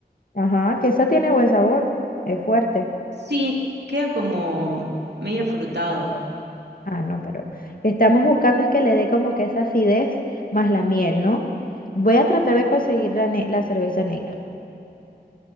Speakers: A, on the left (about 55°); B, on the right (about 85°).
A: Ajá, que esa tiene buen sabor. Es fuerte.
B: Sí, queda como medio frutado
A: Ah, no, pero estamos buscando es que le dé como que esa acidez más la miel, ¿no? Voy a tratar de conseguir la, ne- la cerveza negra.